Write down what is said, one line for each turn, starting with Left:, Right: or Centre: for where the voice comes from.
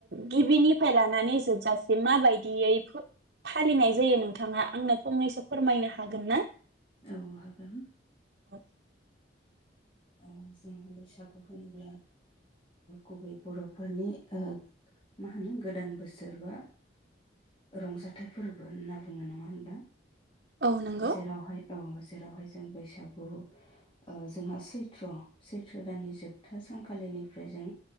Right: गिबिनिफ्राय लानानै जोबजासिम माबायदियै फालिनाय जायो नोंथाङा आंनो फंनैसो फोरमायनो हागोन ना
Left: औ हागोन
Right: आरो
Left: औ‌जोंहा बैसागु होनोब्ला गुबै बर'फोरनि ओ मा होनो गोदान बोसोर बा रंजाथाइ फोरबो होनना बुङो नङा होनबा
Right: औ नंगौ
Left: जेरावहाय औ जेरावहाय जों बैसागु औ जोंहा सैथ्र' सैथ्र' दाननि जोबथा सानखालिनिफ्राय जों